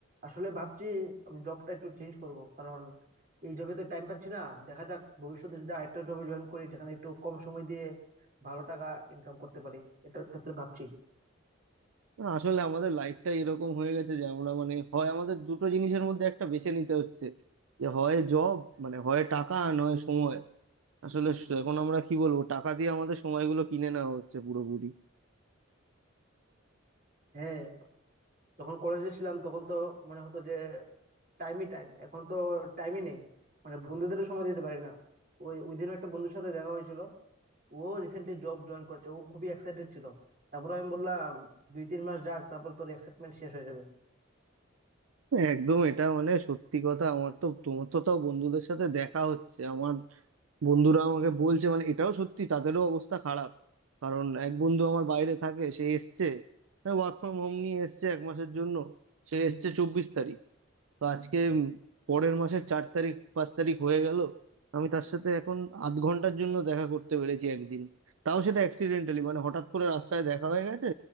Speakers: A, on the right; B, on the right.
A: আসলে ভাবছি আমি জবটা একটু চেঞ্জ করব কারণ এই জবে তো টাইম পাচ্ছি না দেখা যাক ভবিষ্যতে যদি আরেকটা জবে জয়েন করি যেখানে একটু কম সময় দিয়ে ভালো টাকা ইনকাম করতে পারি এটার ক্ষেত্রে ভাবছি
B: না, আসলে আমাদের লাইফটা এরকম হয়ে গেছে যে আমরা মানে হয় আমাদের দুটো জিনিসের মধ্যে একটা বেছে নিতে হচ্ছে যে হয় জব মানে হয় টাকা আর নয় সময় আসলে স- এখন আমরা কি বলবো টাকা দিয়ে আমাদের সময়গুলো কিনে নেওয়া হচ্ছে পুরোপুরি
A: হ্যাঁ যখন কলেজে ছিলাম তখন তো মনে হতো যে টাইমই টাইম এখন তো টাইমই নেই মানে বন্ধুদেরও সময় দিতে পারি না ওই ওই দিনও একটা বন্ধুর সাথে দেখা হয়েছিল ও রিসেন্টলি জব জয়েন করেছে ও খুবই এক্সাইটেড ছিল তারপর আমি বললাম দুই তিন মাস যাক তারপর তোর এক্সাইটমেন্ট শেষ হয়ে যাবে
B: একদম এটা মানে সত্যি কথা আমার তো তোমার তো তাও বন্ধুদের সাথে দেখা হচ্ছে আমার বন্ধুরা আমাকে বলছে মানে এটাও সত্যি তাদেরও অবস্থা খারাপ কারণ এক বন্ধু আমার বাইরে থাকে সে এসছে ওয়ার্ক ফ্রম হোম নিয়ে এসছে এক মাসের জন্য সে এসছে চব্বিশ তারিখ তো আজকে উম পরের মাসের চার তারিখ পাঁচ তারিখ হয়ে গেল আমি তার সাথে এখন আধ ঘন্টার জন্য দেখা করতে পেরেছি একদিন তাও সেটা অ্যাক্সিডেন্টালি মানে হঠাৎ করে রাস্তায় দেখা হয়ে গেছে